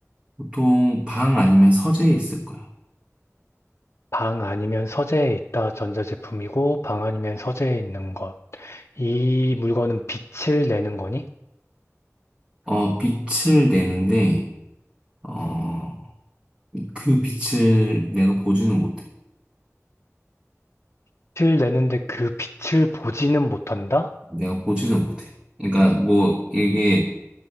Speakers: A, on the right; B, on the left.
A: 보통 방 아니면 서재에 있을 거야.
B: 방 아니면 서재에 있다 전자제품이고, 방 아니면 서재에 있는 것. 이 물건은 빛을 내는 거니?
A: 어, 빛을 내는데 어, 그 빛을 내가 보지는 못해.
B: 빛을 내는데 그 빛을 보지는 못한다?
A: 내가 보지는 못해. 그러니까 뭐 이게